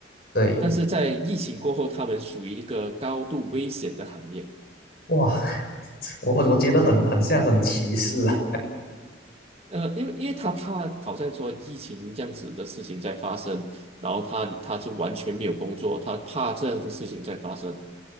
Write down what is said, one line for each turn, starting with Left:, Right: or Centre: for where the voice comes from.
Left: 对，
Right: 但是在疫情过后，他们属于一个高度危险的行业。
Left: 哇，<laughs> 我我我觉得很很像很歧视啊，
Right: 呃，因为因为他怕好像说疫情这样子的事情在发生，然后他他就完全没有工作，他怕这样的事情在发生。